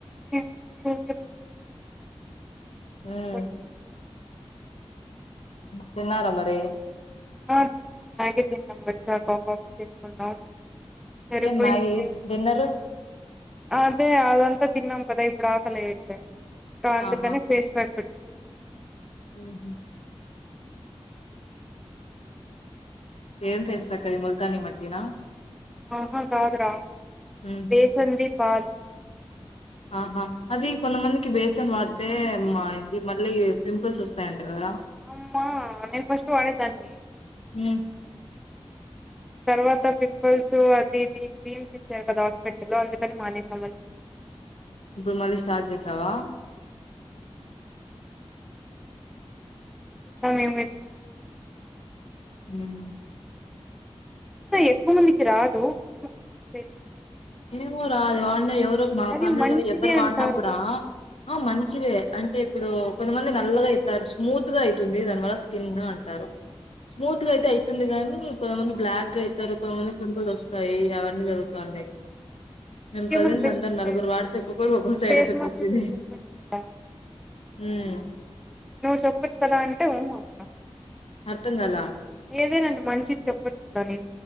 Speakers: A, in the centre; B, on the left.
A: ముందు కే కూచ
B: ఉమ్
A: స్
B: తిన్నారా మరి
A: ఆ తిన్నాం మ్యాగీ తిన్నాం వచ్చాకా కాఫీ చేసుకుంనామ్ సరిపోయింది
B: ఏం మ్యాగీ డిన్నర్
A: అదే అదంతా తిన్నాం కదా ఇప్పుడు ఆకలి వట్లే ఇంకా అందుకనే
B: ఆహా
A: ఫేస్ ప్యాక్ పెట్టుకు
B: ఉహు ఏం ఫేస్ ప్యాక్ అది ముల్తా మట్టి నా
A: ఆహా కాదు రా
B: హ్మ్.
A: బేసన్ది పల్ది
B: ఆహా అది కొంతమందికి బేసన్ వాడితే మా ఇది మళ్ళీ పింపుల్స్ వస్తాయ అంట కదా
A: అమ్మ నేన ఫస్ట్ వాడేదాన్ని
B: ఉమ్
A: తర్వాత పింపుల్స్ అది ఇది క్రీమ్స్ ఇచ్చారు కదా హాస్పిటల్ లో అందుకని మానేసా
B: ఇప్పుడు మళ్ళీ స్టార్ట్ చేసావా
A: ఉని
B: ఉమ్
A: ఎక్కువ మందికి రాదు ఏమో తెలిదు
B: ఏమో రా అది వాడినా ఎవరు మా
A: అది
B: ఫ్యామిలీలో
A: మంచిది
B: ఎవ్వరు వాడినా
A: అంటారు
B: కూడా ఆ మంచివే అంటే ఇప్పుడు కొంతమంది నల్లగా అయితారు స్మూత్ గా అయితుంది దానివల్ల స్కిన్ అంటారు స్మూత్ గ ఐతే అయితుంది తుంది గాని కొంతమంది బ్లాక్ గా అయితారు కొంతమంది పింపుల్స్ వస్తాయి అవన్నీ జరుగుతుందియి మేం
A: ఇంకేమైనా
B: కజిన్స్
A: బెస్ట్
B: అందరు నలుగురు
A: ప్లే
B: వాడితే ఒక్కొక్కరు ఒక్కొరు సైడ్
A: ఫేస్
B: ఎఫెక్ట్
A: మాస్క్
B: వచ్చింది
A: చెప్పొచ్చు కదా
B: ఉమ్మ్
A: నువ్వు చెప్పచ్చు కదా అంటే ఉహు అంట
B: అర్ధం కాలే
A: ఏదే నన్ను మంచిది చెప్పొచ్చుదాని